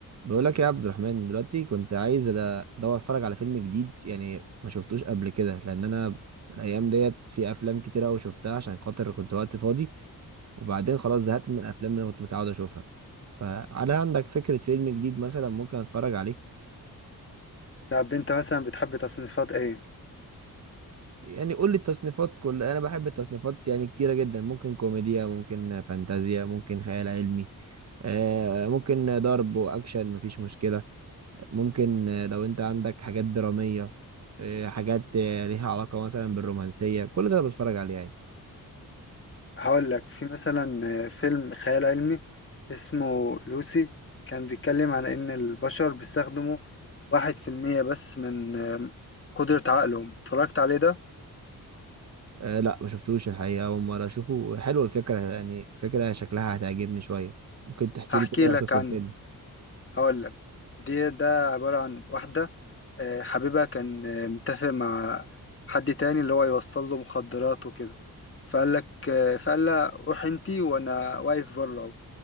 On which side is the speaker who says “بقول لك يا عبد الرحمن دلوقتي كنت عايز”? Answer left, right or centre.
Right